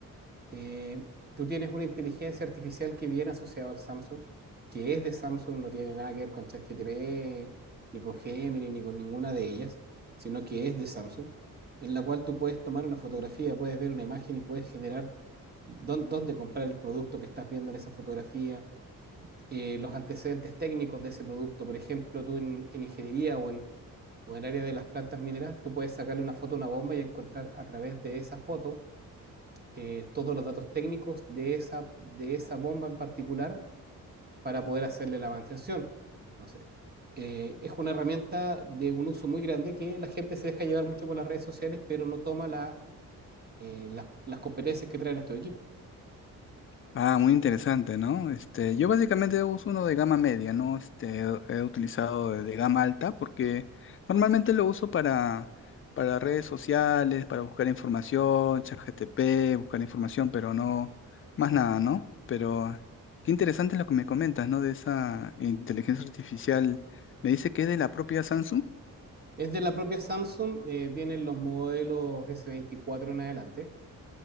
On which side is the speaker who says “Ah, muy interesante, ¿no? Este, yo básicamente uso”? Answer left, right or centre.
Left